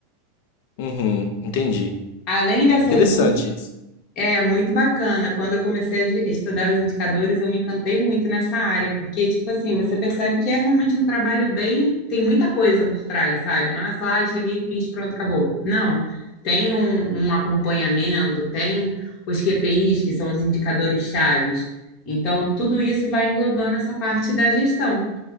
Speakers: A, on the left (about 65°); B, on the left (about 45°).
A: uhum, entendi.
B: Além dessas
A: Interessante
B: duas
A: isso.
B: É muito bacana. Quando eu comecei a ge- estudar os indicadores, eu me encantei muito nessa área, porque, tipo assim, você percebe que é realmente um trabalho bem. Tem muita coisa por trás, sabe? Não é só, ah, cheguei, fiz, pronto, acabou. Não. Tem um, um acompanhamento, tem os QPIs, que são os indicadores chaves. Então, tudo isso vai englobando essa parte da gestão.